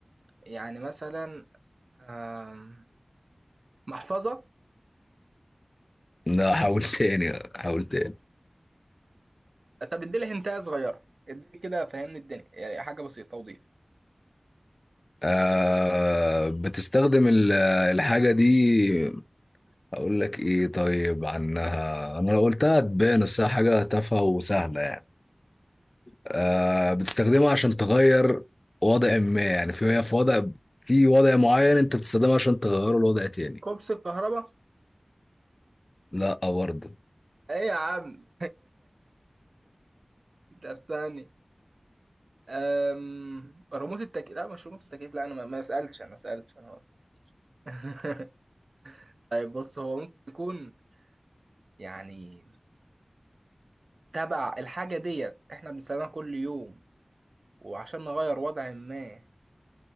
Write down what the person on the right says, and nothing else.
يعني مثلا آم، محفظة
طب اديلي هنتايه صغيره اديلي كده فهمني الدنيا يعني حاجه بسيطه توضيح
كوبس الكهرباء
ايه يا عم <laughs> طب ثاني أم... ريموت التكييف لا مش ريموت التكييف لا انا ما ما سالتش انا ما سالتش انا <laughs> طيب بص هو ممكن يكون يعني تبع الحاجه ديت احنا بنستخدمها كل يوم وعشان نغير وضع ما